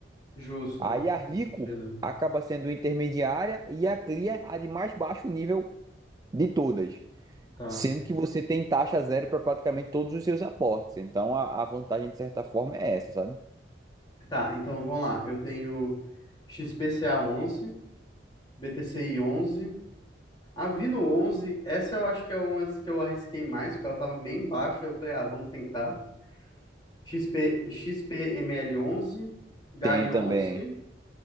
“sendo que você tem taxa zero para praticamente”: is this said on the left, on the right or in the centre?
Right